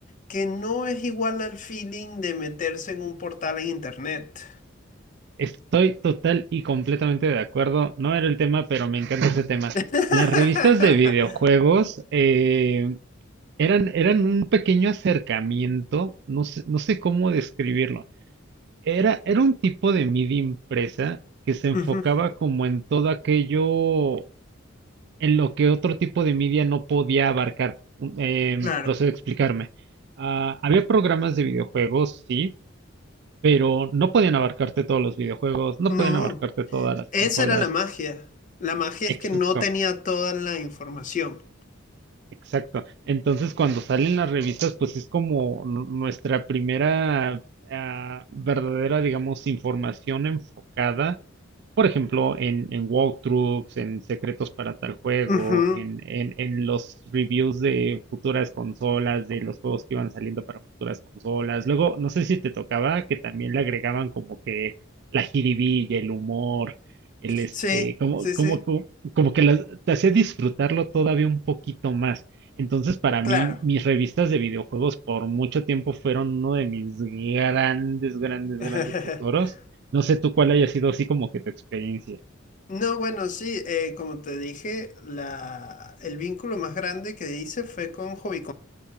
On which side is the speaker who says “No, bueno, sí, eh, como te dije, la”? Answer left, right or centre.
Left